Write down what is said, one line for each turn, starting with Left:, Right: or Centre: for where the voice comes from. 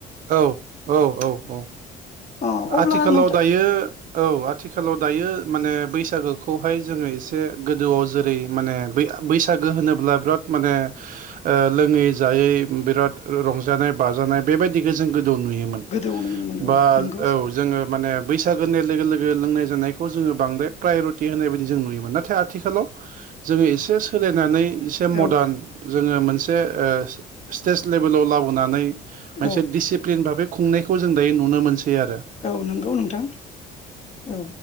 Right: औ औ औ औ
Left: अ अब्ला
Right: आथिखालाव
Left: नोंथां
Right: दायो औ आथिखालाव दायो मानो बैसागोखौ हाय जोङो एसे गोदोआव जेरै माने बैसागो होनोब्ला बिराद माने ओ लोङै जायै बिराद रंजानाय बाजानाय बेबायदि बे जों गोदौ नुयोमोन
Left: गोदोआव नुयोमोन
Right: बा
Left: औ नंगौ
Right: औ जोङो माने बैसागो होननाय लोगो लोगो लोंनाय जानायखौ जोङो बांद्राय प्रायरुटि होनाय बायदि जों नुयोमोन नाथाय आथिखालाव जोङो एसे सोलायनानै एसे मदान
Left: औ
Right: जोङो मोनसे ओ स्टेट लेभेलाव लाबोनानै मोनसे
Left: औ
Right: दिडिसिप्लिन भाबै खुंनायखौ जों दायो नुनो मोनसै आरो
Left: औ नंगौ नोंथां औ